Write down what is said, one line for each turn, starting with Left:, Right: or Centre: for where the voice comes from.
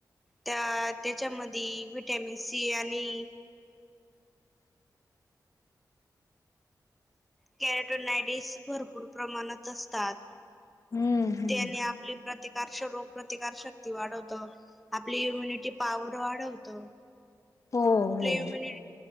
Centre: त्या त्याच्यामध्ये विटॅमिन सी आणि कॅरडोनायडस भरपूर प्रमाणात असतात.
Left: हम्म हम्म
Centre: त्याने आपली प्रतिकार स्वरूप, रोग प्रतिकार शक्ती वाढवत. आपली इम्युनिटी पॉवर वाढवत.
Left: हो हो
Centre: प्लेमनि